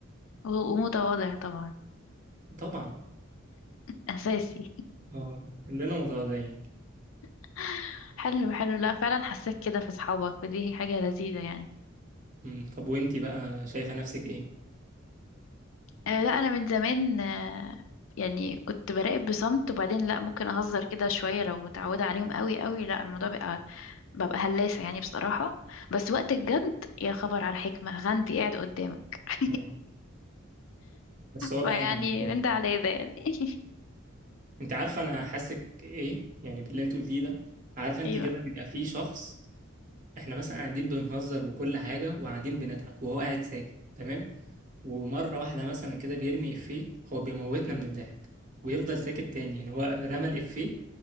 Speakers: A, on the left; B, on the right.
A: و- ومتواضع طبعا
B: طبعا
A: اساسي
B: اه كلنا متواضعين
A: <laughs> حلو حلو لا فعلا حسيت كده في صحابك ودي هي حاجة لذيذة يعني
B: أمم، طب وانتي بقى شايفة نفسك ايه
A: آه لا انا من زمان آه يعني كنت براقب بصمت وبعدين لا ممكن اهزر كده شوية لو متعودة عليهم قوي قوي لا الموضوع بقى ببقى هلاسة يعني بصراحة بس وقت الجد يا خبر على الحكمة غندي قاعد قدامك <laughs>
B: آه، بس هو باين
A: فيعني
B: عليك يعني.
A: من ده على ده يعني <laughs>
B: انت عارفة انا حاسك ايه يعني باللي انت قلتيه ده عارفة انت
A: ايوه
B: كده بيبقى في شخص احنا مثلا قاعدين بنهزر وكل حاجة وقاعدين بنضحك وهو قاعد ساكت تمام ومرة واحدة مثلا كده بيرمي إفيه هو بيموتنا من الضحك ويفضل ساكت تاني يعني هو رمى الإفيه